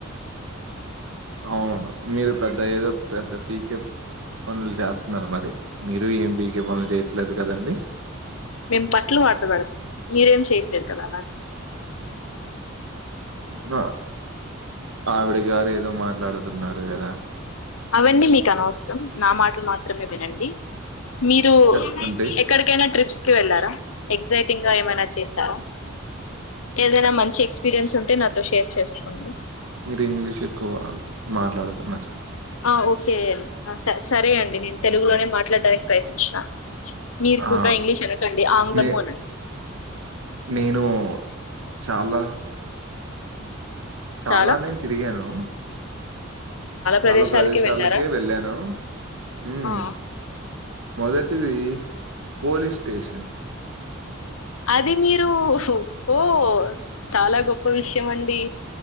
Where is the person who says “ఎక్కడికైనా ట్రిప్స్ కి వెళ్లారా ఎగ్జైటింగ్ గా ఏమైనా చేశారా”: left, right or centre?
Left